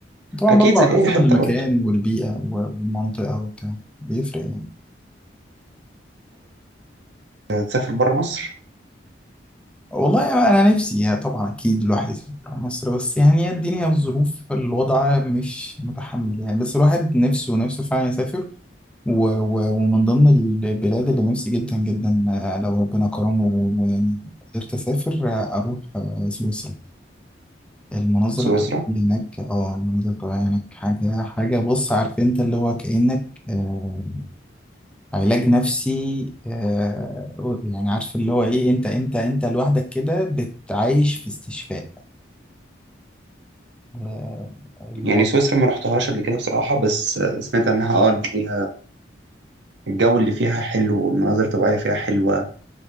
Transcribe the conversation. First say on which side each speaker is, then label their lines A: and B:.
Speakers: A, in the centre; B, on the right (about 75°).
A: طبعا
B: اكيد
A: برضه
B: زي
A: على
B: اي
A: حسب
B: حته
A: المكان
B: برضه
A: والبيئة والمنطقة وبتاع بيفرق يعني
B: تسافر بره مصر
A: والله أنا نفسي يعني طبعا أكيد الواحد يسافر برا مصر بس يعني هي الدنيا والظروف الوضع مش متحمل يعني بس الواحد نفسه نفسه فعلا يسافر و و ومن ضمن البلاد اللي نفسي جدا جدا آه، لو ربنا كرمه ويعني قدرت أسافر آه، أروح آه، سويسرا المناظر
B: سويسرا
A: الطبيعية هناك اه المناظر الطبيعية هناك حاجة حاجة بص عارف أنت اللي هو كأنك آه، علاج نفسي آه يعني عارف اللي هو ايه انت انت انت لوحدك كده بتعيش في استشفاء آه الوضع
B: يعني سويسرا ما رحتهاش قبل كده بصراحه بس آه، سمعت عنها اه ان هي الجو اللي فيها حلو والمناظر الطبيعيه فيها حلوه